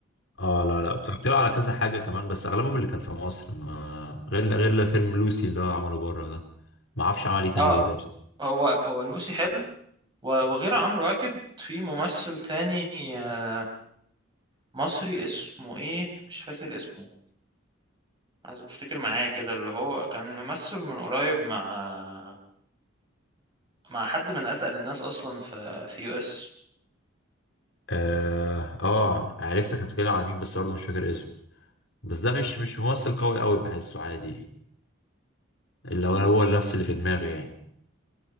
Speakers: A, on the left; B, on the right.
A: اه لا لا اتفرجت له على كذا حاجه كمان بس اغلبهم اللي كان في مصر ما غير غير فيلم لوسي اللي هو عمله بره ده ما اعرفش عمل ايه تاني
B: اه
A: بره بس
B: هو هو لوسي حلو و- وغير عمرو واكد في ممثل تاني آه، مصري اسمه ايه مش فاكر اسمه عايز افتكر معايا كده اللي هو كان ممثل من قريب مع مع حد من اتقل الناس اصلا في في يو اس
A: اه اه عرفتك بتتكلم على مين بس برضه مش فاكر اسمه بس ده مش مش ممثل قوي قوي بحسه عادي اللي هو هو نفس اللي في دماغي يعني